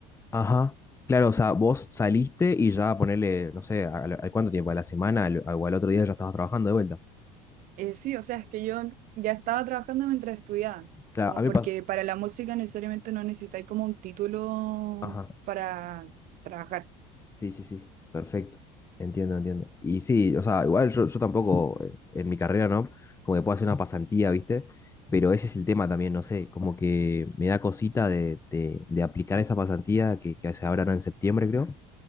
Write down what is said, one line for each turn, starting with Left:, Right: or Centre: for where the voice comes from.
Left: ajá. Claro, o sea, vos saliste y ya ponerle, no sé, al, al cuánto tiempo, a la semana al- o al otro día ya estabas trabajando de vuelta.
Right: Eh, sí, o sea, es que yo ya estaba trabajando mientras estudiaba.
Left: Claro,
Right: Como
Left: a mí
Right: porque
Left: pasa.
Right: para la música necesariamente no necesitáis como un título
Left: Ajá.
Right: para trabajar.
Left: Sí, sí, sí, perfecto. Entiendo, entiendo. Y sí, o sea, igual yo, yo tampoco eh, en mi carrera, ¿no? Como que puedo hacer una pasantía, ¿viste? Pero ese es el tema también, no sé, como que me da cosita de, de- de aplicar esa pasantía que, que se abrirá en septiembre, creo.